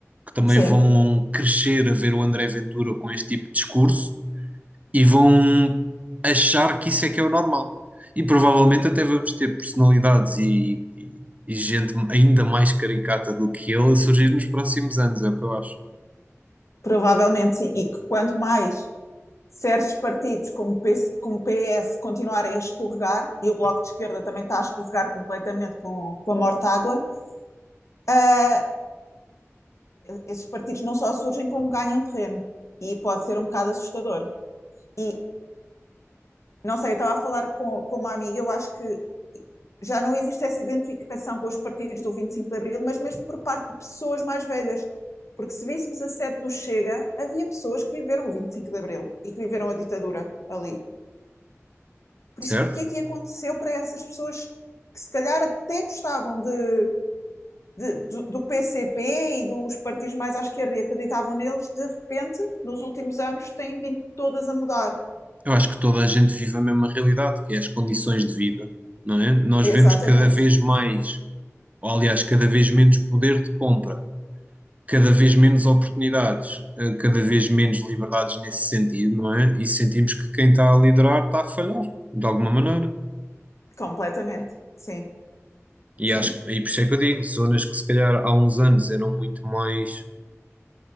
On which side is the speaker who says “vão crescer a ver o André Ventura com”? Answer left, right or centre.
Right